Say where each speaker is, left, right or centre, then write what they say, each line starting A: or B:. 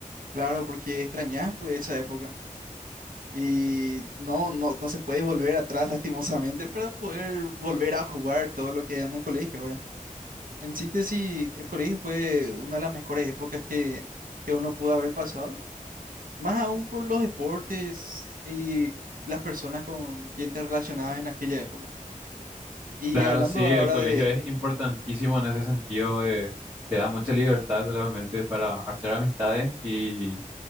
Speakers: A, on the right (about 80°); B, on the right (about 20°).
A: claro, porque extrañas pues esa época. Y no, no, no se puede volver atrás <laughs> lastimosamente para poder volver a jugar todo lo que era en el colegio, ahora En síntesis, el colegio fue una de las mejores épocas que, que uno pudo haber pasado. Más aún por los deportes y las personas con quien te relacionabas en aquella época. Y
B: Claro,
A: hablando
B: sí,
A: ahora
B: el colegio
A: de...
B: es importantísimo en ese sentido. eh, te da mucha libertad realmente para hacer amistades y